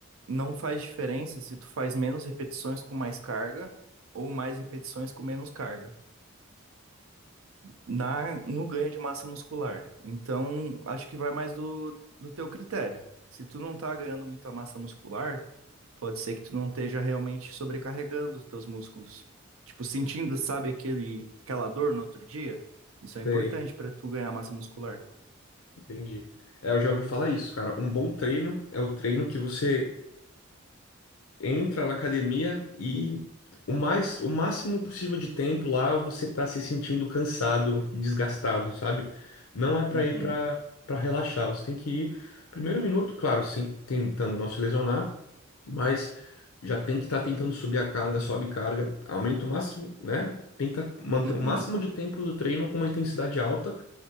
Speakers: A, on the right; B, on the left.
A: não faz diferença se tu faz menos repetições com mais carga ou mais repetições com menos carga na no ganho de massa muscular. Então, acho que vai mais do, do teu critério. Se tu não tá ganhando muita massa muscular, pode ser que tu não esteja realmente sobrecarregando os teus músculos. Tipo, sentindo, sabe, aquele, aquela dor no outro dia? Isso é importante
B: Sei,
A: para tu ganhar massa muscular.
B: entendi. É, eu já ouvi falar isso, cara. Um bom treino é o treino que você entra na academia e o mais, o máximo possível de tempo lá você tá se sentindo cansado, desgastado, sabe? Não é para
A: Uhum,
B: ir para para relaxar, você tem que ir primeiro minuto, claro, sim, tentando não se lesionar, mas já tem que estar tentando subir a carga, sobe carga, aumenta o máximo, né?
A: Uhum.
B: Tenta manter
A: uhum,
B: o máximo de tempo do treino com uma intensidade alta